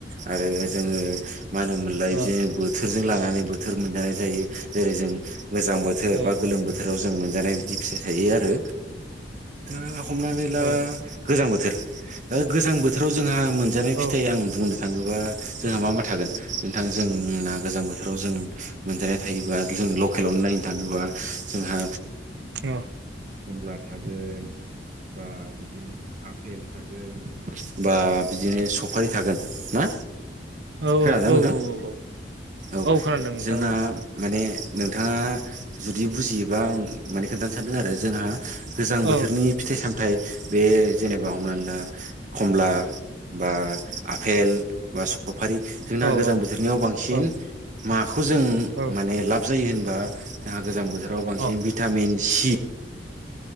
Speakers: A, on the right; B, on the right.
A: आरो जोङो मा होनोमोनलाय
B: औ
A: बिदिनो बोथोरजों लानानै बोथोर मोनजानाय जायो जेरै जों गोजां बोथोर
B: औ
A: बा गोलोम बोथोराव जों मोनजानाय बिदि फिथाइ थायो आरो दा हमनानै ला
B: औ
A: गोजां बोथोर गोजां बोथोराव जोंहा मोनजानाय फिथाइ
B: औ
A: आं बुंनो थाङोबा जोंहा मा मा थागोन नोंथां जोंना गोजां बोथोराव जों मोनजानाय थायोबा जों लकेलावनो नायनो थाङोबा जोंहा
B: औ।
A: खमला थागोन बा बिदिनो आपेल थागोन बा बिदिनो सफारि थागोन ना?
B: औ
A: खोनादों नोंथां
B: औ
A: औ
B: खोनादों नोंथां
A: जोंना
B: औ
A: माने नोंथाङा जुदि बुजियोबा आं माने खोन्थानो सानदों आरो जोंहा गोजां
B: औ
A: बोथोरनि फिथाइ साम थाइ बे जेनोबा हमनानै ला कमला बा आपेल बा सफारि जोंना
B: औ
A: गोजां
B: औ
A: बोथोरनियाव बांसिन
B: औ
A: माखौ जों
B: औ
A: माने लाब जायो होनबा जोंहा गोजां बोथोराव बांसिन
B: औ
A: भिटामिन सि